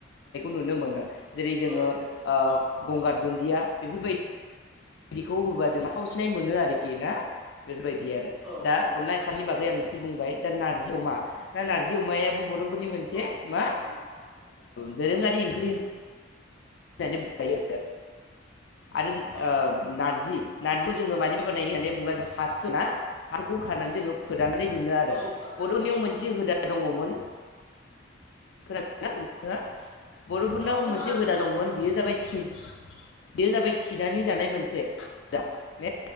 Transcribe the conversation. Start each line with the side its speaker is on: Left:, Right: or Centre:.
Left: नुनो मोनो जेरै जोङो।
Right: औ नंगौ
Left: गंगार दुन्दिया बेफोरबायदि बिायदिखौ होबा जों आाथावसिनाय मोनो आरोखि ना। बेफोरबायदि आरो
Right: औ
Left: दा
Right: औ
Left: अनला खारैनि बागै आं बुंबाय दा नारजि अमा दा नारजि अमायाबो बर फोरनि मोनसे
Right: औ नारजि
Left: मा
Right: अमा
Left: दोरोङारि ओंख्रि होननानै होननानै बायो आरो आरो
Right: औ
Left: नारजि नानिखौ जोङो मानि बानाय होननानै बुंङोबा जों फाथोना फाथखौ ख जोङो फोन रकशशखशनानै दोनो आरो
Right: औ फाथोनिफ्राय
Left: बर'नियाव मोनसे
Right: बानाय
Left: हुदा दङमोन। खोनादों ना नोंथाङा! बर'फोरनाव
Right: औ खोनागासिनो
Left: मोनसे हुदा दंमोन
Right: दं नोंथां
Left: बेयो जाबाय थिन
Right: बुंजागोन
Left: बेयो जाबाय थिनानै जानाय मोनसे ने